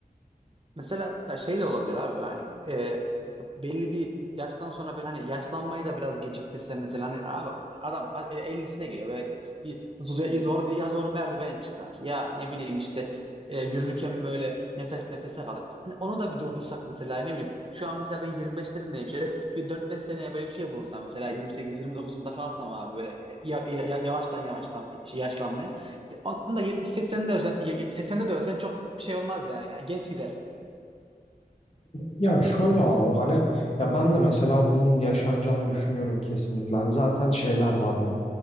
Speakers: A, on the right; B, on the left.
A: Mesela şey de olabilir abi hani e, belli bir yaştan sonra böyle hani yaşlanmayı da biraz geciktirse mesela hani abi adam a- 50'sine geliyor böyle bir zor, zor- ya zor merdiven çıkar ya ne bileyim işte e, yürürken böyle nefes nefese kalır. Hani onu da bir durdursak mesela ne bileyim şu an mesela ben 25'lerindeyim şöyle bir dört beş seneye böyle bir şey bulunsam mesela 28-29'umda kalsam abi böyle e, ya, ya- yavaştan yavaştan işte, yaşlanmaya. Onda 70-80'de ölsen, 80'de de ölsen çok bir şey olmaz yani. Ya Genç gidersin.
B: Ya şöyle abi hani ya ben de mesela bunun yaşanacağını düşünüyorum kesinlikle. Hani zaten şeyler var bu.